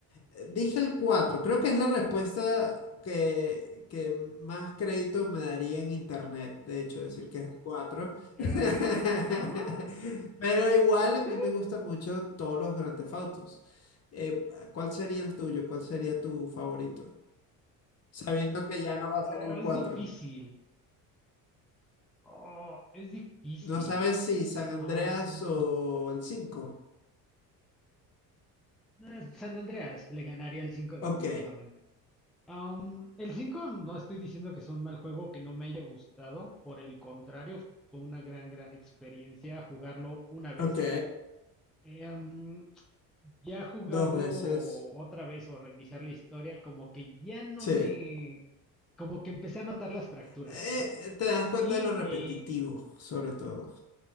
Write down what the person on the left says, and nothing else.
Eh, Dije el cuatro creo que es la respuesta que, que más crédito me daría en internet, de hecho, decir que es el cuatro <laughs>
Pero igual
a mí me gustan mucho todos los Grand Theft Autos. Eh, ¿cuál sería el tuyo? ¿Cuál sería tu favorito? Sabiendo que ya no va a
ser el cuatro
No sabes si San Andreas
o el cinco
Ok,
ok,
dos veces,
sí.
Eh,
eh,
te das cuenta
de lo repetitivo,
sobre todo.